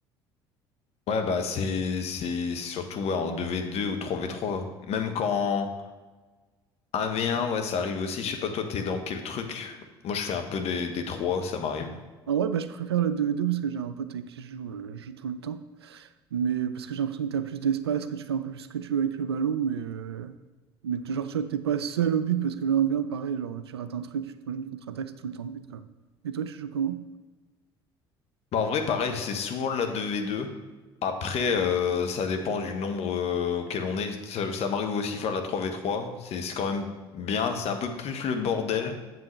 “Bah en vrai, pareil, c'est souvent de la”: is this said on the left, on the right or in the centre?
Left